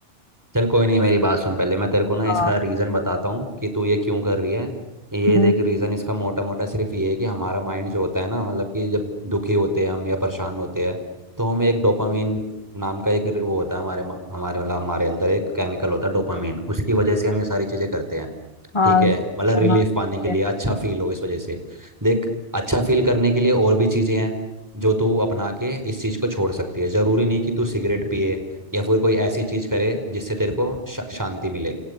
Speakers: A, on the right; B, on the left.
A: चल कोई नहीं मेरी बात सुन पहले मैं तेरे को ना इसका
B: हाँ
A: रीज़न बताता हूँ कि तू ये क्यों कर रही है ये
B: हम्म,
A: देख रीज़न इसका मोटा मोटा सिर्फ ये है कि हमारा माइंड जो होता है ना मतलब कि जब दुखी होते हैं हम या परेशान होते हैं तो हम एक डोपामिन नाम का एक वो होता है हमारे हमारे मतलब हमारे अंदर एक केमिकल होता है डोपामिन उसकी वजह से हम ये सारी चीज़ें करते हैं
B: हाँ
A: ठीक है मतलब रिलीफ
B: हाँ ठीक
A: पाने के लिए
B: है।
A: अच्छा फील हो इस वजह से देख अच्छा फील करने के लिए और भी चीजें हैं जो तू अपना के इस चीज को छोड़ सकती है जरूरी नहीं कि तू सिगरेट पिए या फिर कोई ऐसी चीज करे जिससे तेरे को शा- शांति मिले